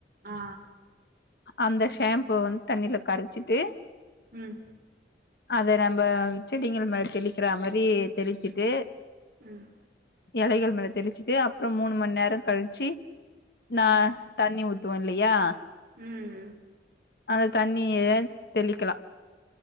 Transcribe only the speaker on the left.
அந்த ஷாம்பு வந்து தண்ணில கரச்சிட்டு
அத நம்ப செடிங்க மேல தெளிக்கற மாதிரி தெளிச்சுட்டு
இலைகள் மேல தெளிச்சுட்டு அப்றோ மூண் மணி நேர கழிச்சு நா
தண்ணி ஊத்துவோ இல்லையா
அந்த தண்ணிய தெளிக்கலா